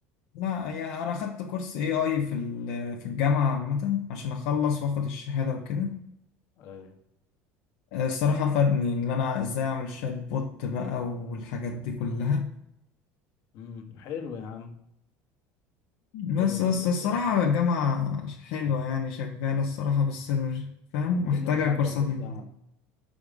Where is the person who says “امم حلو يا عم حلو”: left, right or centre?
Left